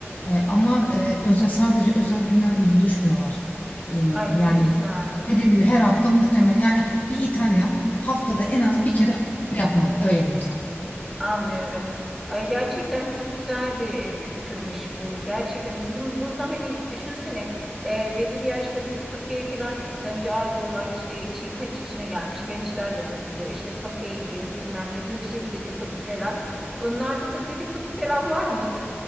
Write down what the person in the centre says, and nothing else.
Ay
ne güzel.
Hı
hı.
Anlıyorum. Ay gerçekten çok güzel bir e, kültürmüş bu. Gerçekten bizim burada hani düşünsene e, belli bir yaşta bir kafeye falan sen ya diyorlar işte şey, kaç yaşına gelmiş gençlerle takılıyor. İşte kafeye gidiyor bilmem ne bir sürü dedikodu falan. Onlarda da dedikodu falan var mı?